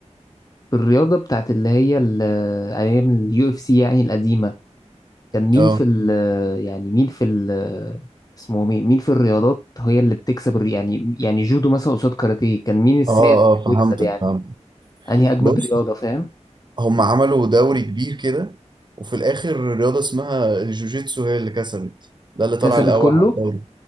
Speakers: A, on the left; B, on the right.
A: في الرياضة بتاعت اللي هي ال- أيام اليو اف سي يعني القديمة كان مين
B: أه
A: في ال يعني مين في ال اسمه مين مين في الرياضات هي اللي بتكسب الري- يعني يعني جودو مثلا قصاد كاراتيه كان مين السائد
B: أه
A: اللي
B: أه فهمتك
A: بيكسب يعني
B: فهمتك
A: أنهي أجمد
B: بص
A: رياضة فاهم
B: هم عملوا دوري كبير كده وفي الآخر رياضة اسمها الجوجيتسو هي اللي كسبت ده اللي طلع
A: كسبت
B: الأول
A: كله
B: على الدوري